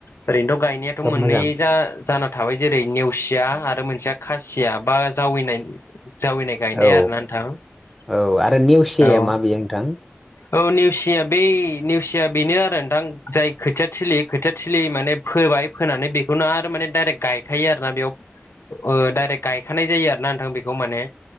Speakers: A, on the left; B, in the centre.
A: ओरैनोथ' गायनायाथ'
B: खोब
A: मोननैयै
B: मोजां
A: जा जाना थाबाय जेरै नेवसिया आरो मोनसेया खासिया बा जावैनायनि जावैनाय गायनाया
B: औ
A: आरोना नोंथां
B: औ आरो नेवसियाया
A: औ।
B: मा बेयो नोंथां
A: औ नेवसिया बे नेवसिया बेनो आरो नोंथां जाय खोथियाथिलि खोथियाथिलि माने फोबाय फोनानै बेखौनो आरो माने डाइरेक्ट गायखायो आरोना बेयाव ओ डाइरेक्ट गायखानाय जायो आरो ना नोंथां बेखौ माने